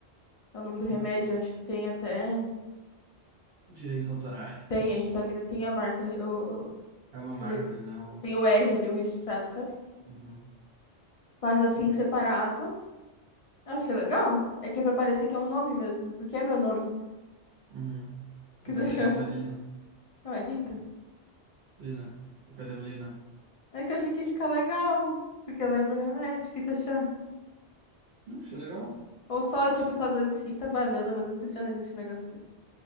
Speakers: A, on the left; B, on the right.
A: É o nome do
B: Sim.
A: remédio, acho que tem até...
B: Direitos autorais.
A: Tem, a Ritalina tem a marca... O...
B: É uma marca,
A: o re-
B: né? não é O...
A: Tem o R ali, o registrado, sabe?
B: Uhum.
A: Mas assim, separado, eu achei legal. É que é pra parecer que é um nome mesmo, porque é meu nome
B: Uhum.
A: que
B: Seu
A: <laughs>
B: nome é
A: deixou.
B: Rita Lina.
A: Não, é Rita.
B: Lina. Cadê o Lina?
A: É que eu achei que ia ficar legal, porque eu lembro o remédio, que tá achando.
B: Não, achei legal.
A: Ou só eu tinha pensado antes Rita Banana, mas eu não sei se já não existe um negócio desse.